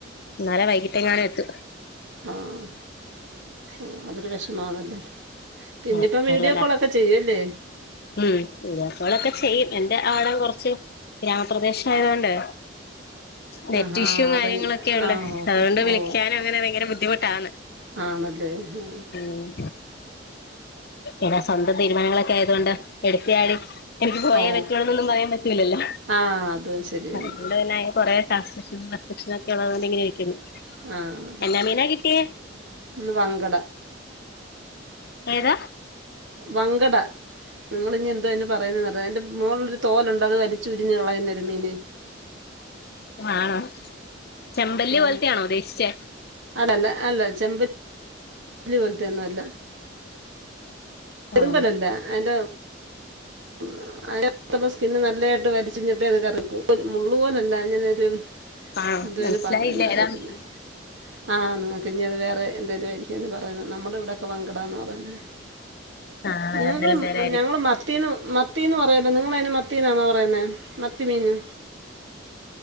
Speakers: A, on the left (about 55°); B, on the right (about 75°).
A: ഇന്നാലെ വൈകിട്ട് എങ്ങാനും എത്തു.
B: ആഹ് ഓഹ് അതൊരു വിഷമാണല്ലേ പിന്നിപ്പം
A: ആഹ്
B: വീഡിയോ
A: അയറിലല്ലാത്ത
B: കോളൊക്കെ ചെയ്യുമല്ലേ
A: ഉം ഉള്ളപ്പോളൊക്കെ ചെയ്യും എന്റെ ആളും കൊറച്ച് ഗ്രാമപ്രദേശം ആയതൊണ്ട് നെറ്റ്
B: ആഹാ
A: ഇഷ്യൂ കാര്യങ്ങളും
B: അറി
A: ഒക്കെയ ഉള്ളേ
B: ആ ഓ ഹോ,
A: അതുകൊണ്ട് വിളിക്കാനും
B: ഓ
A: അങ്ങനെ ഭയങ്കര ബുദ്ധിമുട്ടാന്ന്
B: ആണല്ലേ ഏഹ്
A: ഉം എടാ സ്വന്തം തീരുമാനങ്ങളൊക്കെ ആയതു കൊണ്ട് എടുത്തിയാടി എനിക്ക് പോയേ
B: ഓ
A: പറ്റൊള്ളൂന്നൊന്നും പറയാൻ പറ്റൂലല്ലോ.
B: ആ അത് ശരിയാണ്
A: അതൊണ്ട് തന്നെ കൊറെ ട്രാൻസക്ഷനും പെർഫെക്ഷനും ഒക്കെ ഉള്ളതുകൊണ്ട് ഇങ്ങനെ ഇരിക്കുന്നു.
B: ആഹ്
A: എന്നാ മീനാ കിട്ടിയേ
B: ന്ന് വങ്കട
A: ഏതാ
B: വങ്കട നിങ്ങളിഞ്ഞി എന്തോ അയ്നു പറയുന്നേ അറിയോ അയിന്റെ മോളിലൊരു തോലുണ്ട് അത് വലച്ചുരിഞ്ഞ് കളയുന്ന ഒരു മീനെ
A: ആണോ ചെമ്പല്ലി
B: ആ.
A: പോലത്തെയാണോ ഉദ്ദേശിച്ചെ
B: അല്ലല്ല അല്ല ചെമ്പ ല്ലി പോലത്തെന്നു അല്ല എരുമ്പലല്ലേ
A: ആഹ്
B: അയ്ന്റെ <unintelligible> അതിനകത്തുള്ള സ്കിന്ന് നല്ലയിട്ട് വലിച്ചിഞ്ഞിട്ട് ഇത് കറിക്കൂ മുള്ളു പോലല്ല അങ്ങനൊരു.
A: ആണോ
B: എന്തുവന്
A: മനസ്സിലായില്ല
B: പറയാൻ അറിയത്തില്ല.
A: ഏതാ മീൻ
B: ആഹ് ആന്നു ഇനി അത് വേറെ എന്തേല ആരിക്കുംന്ന് പറയുന്ന നമ്മുടെ ഇവിടെയൊക്കെ വങ്കടാന്ന് പറയുന്നെ
A: ആഹ്
B: നിങ്ങളും
A: അതിലും പേരായിരിക്കും
B: ഞങ്ങളുംമാ ത്തിന്ന് മത്തിന്ന് പറയല്ലേ നിങ്ങളതിന് മത്തിന്നാണാണോ പറയുന്നെ മത്തി മീന്